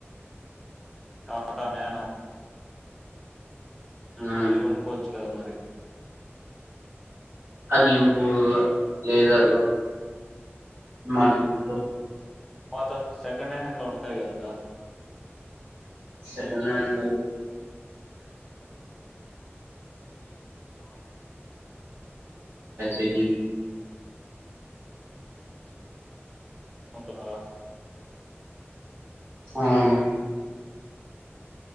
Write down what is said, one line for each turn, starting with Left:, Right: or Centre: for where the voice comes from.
Centre: టటా నానో ఆ
Right: ఉమ్
Centre: అది కోనుకోచ్చు కద మారి
Right: ఆ ఇప్ లేదు కదా మంచిది బ్రో
Centre: పాత సెకండ్ హ్యాండ్ లో ఉంటాయి కదా
Right: సెకండ్ హ్యాండ్ <inaudible> ఎది <inaudible>
Centre: కొంటున్నారా
Right: ఆవును